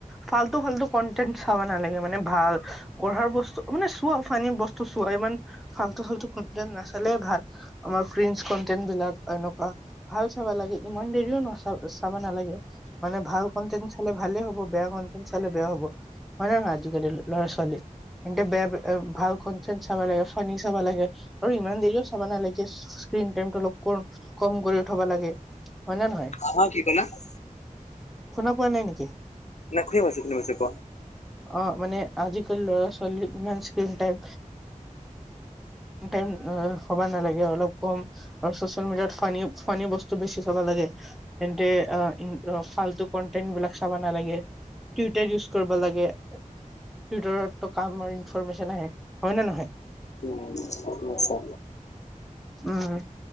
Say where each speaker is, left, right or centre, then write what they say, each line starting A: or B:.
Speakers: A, in the centre; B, on the left.
A: ফাল্তু-ফাল্তু কনটেণ্ট চাব নালাগে। মানে ভাল, পঢ়াৰ বস্তু মানে চোৱা পানী বস্তু চোৱা ইমান আল্টু-ফাল্টু নাচালেই ভাল আমাৰ কন্টেন্টবিলাক এনেকুৱা, ভাল চাবা লাগে ইমান দেৰিও নচ চাবা নালাগে। মানে ভাল কন্টেনট চাললে ভালেই হ'ব, বেয়া কন্টেনট চালে বেয়া হ'ব। <unintelligible> আজিকালিৰ ল'ৰা-ছোৱালী। কিন্তু বেয়া কোট ভাল কোট-চোট চাব লাগে, ফানি চাবা লাগে আৰু ইমান দেৰিও চাব নালাগে। স্ক্ৰীন টাইম অলপ ক-কম কৰি উঠবা লাগে হয়নে নহয়?
B: আমাৰ সেইবিলাক
A: শুনা পোৱা নাই নেকি?
B: না ঠিক আছে ঠিক আছে কোৱা।
A: অহ, মানে আজিকালি ল'ৰা-ছোৱালী ইমান স্ক্ৰীন টাইম টাইম হ'ব নালাগে আৰু অলপ কম আৰু চচিয়েল মিডিয়াত ফা ফানী বস্তু বেছি চাব লাগে। তে অহ, ফাল্টু কন্টেনবিলাক চাব নালাগে। টুটাৰ ইউজ কৰিব লাগে, টুইটাৰতটো কামৰ ইনফৰমেশ্যন আহে। হয়নে নহয়?
B: উম, শুনিছা।
A: উম